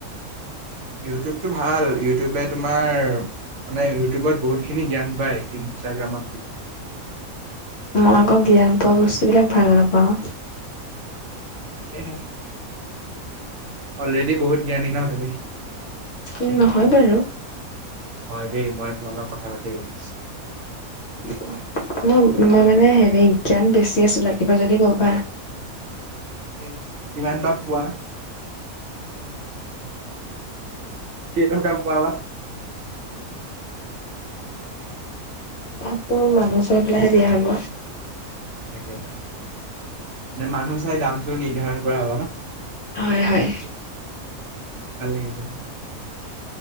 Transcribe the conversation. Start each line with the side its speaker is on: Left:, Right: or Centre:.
Right: ইউটিউবতটো ভাল ইউটিউবে তোমাৰ মানে ইউটিউবত বহুতখিনি জ্ঞান পায়। ইনষ্টাগ্ৰামত
Left: মই আকৌ জ্ঞান পোৱা বস্তুবিলাক ভাল নাপাওঁ
Right: তাকে হে অলৰেডি বহুত জ্ঞানী নহ তুমি
Left: উ নহয় বাৰু
Right: হয় দেই মই তোমালোক কথা পাতিয়ে গম পাইছো
Left: উ <inaudible> মই মই মানে হেৰি জ্ঞান বেছি আছো লাগিবা যদি কবা।
Right: এ কিমান বা পুৱা কেইটকা পোৱা বা
Left: কাপোৰ মানুহ চাই পেলাই হে‌ দিয়া হ'ব।
Right: তাকে তাকে মানে মানু চাই দামটো নিৰ্ধাৰণ কৰা হব ন জলখমন
Left: হয় হয়
Right: ভাল লাগিলে